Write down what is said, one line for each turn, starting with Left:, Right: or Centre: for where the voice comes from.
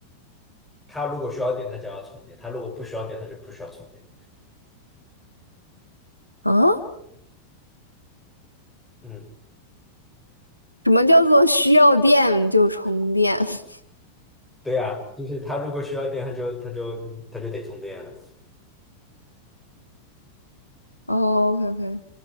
Centre: 它如果需要电，它就要充电，它如果不需要电，它就不需要充电，
Left: 啊？
Centre: 嗯，
Left: 什么叫做需要电就充电？<laughs>
Centre: 对呀，就是它如果需要电，它就它就它就得充电了，
Left: 哦，OK，OK。